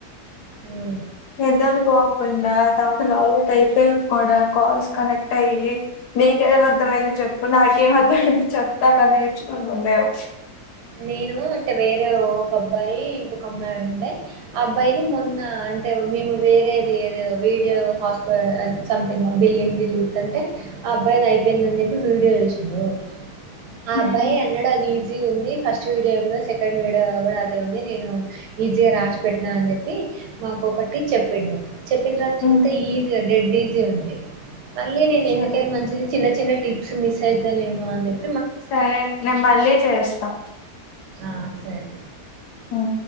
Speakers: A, on the right (about 85°); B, on the left (about 80°).
A: మ్
B: నిద్రలు పోకుండా తమకు లాగౌట్ అయిపోయి కూడా కాల్స్ కనెక్ట్ అయ్యి నీకేమ్ అర్ధమైంది చెప్పు నాకేమ్ అర్ధమైంది చెప్తా లా నేర్చుకొని ఉండలేవు.
A: నేను అంటే వేర్ ఒక అబ్బాయి ఇంకొక అమ్మాయి ఉండే ఆ అబ్బాయిని మొన్న అంటే మేము వేరేది ఏదేదో వీడియో హాస్పి సంథింగ్ బిల్డింగ్ ది చూత్తూఉంటే ఆ అబ్బాయిది అయిపోయిందని చెప్పి. వీడియో చేసిండు ఆ
B: హ్మ్.
A: అబ్బాయి అన్నాడు అది ఈజీ గ ఉంది. ఫస్ట్ వీడియో ఏముందో సెకండ్ వీడియో కూడా అదే ఉంది. నేను ఈజీగా రాసిపెట్టినా అని చెప్పి మాకు ఒకటి చెప్పిండు. చెప్పిన తర్వాత
B: హ్మ్.
A: చూస్తే ఈజీ డెడ్ ఈజీ ఉంది. మళ్ళీ నేను
B: సరే.
A: ఎందుకైన మంచిది చిన్న చిన్న టిప్స్ మిస్ అయితానేమో అని చెప్పి
B: సరే నేన్ మళ్ళీ చేస్తా.
A: ఆ సరే
B: హ్మ్.